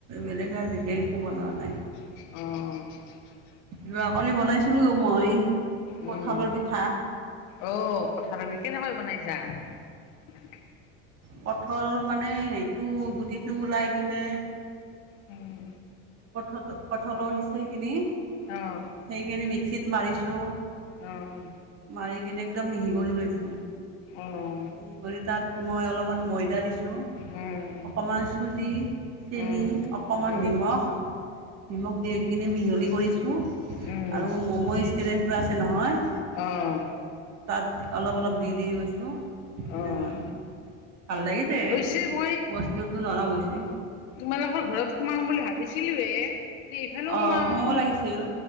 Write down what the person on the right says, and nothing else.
বেলেগ আৰু বিশেষ একো বনোৱা নাই।
যোৱাকালি বনাইছিলো মই
কঠালৰ পিঠা।
পথল মানে সেইটো গুটিটো ওলাই কিনে
কঠতো কঠলৰ সিচিখিনি,
সেইখিনি মিক্সিত মাৰিছো।
মাৰি কিনে একদম মিহি কৰি লৈছো। ই
কৰি তাত মই অলপমান ময়দা দিছো।
অকমান চুজি, চেনি,
অকমান
নিমখ। নিমখ দি কিনে মিহলি কৰিছো।
আৰু মম ষ্ট্ৰেচটো আছে নহয়।
তাত অলপ - অলপ দি - দি গৈছো। এনেকৈ।
ভাল লাগিছে,
বস্তুতো নৰম হৈছি।
অ
সোমাব লাগিছিল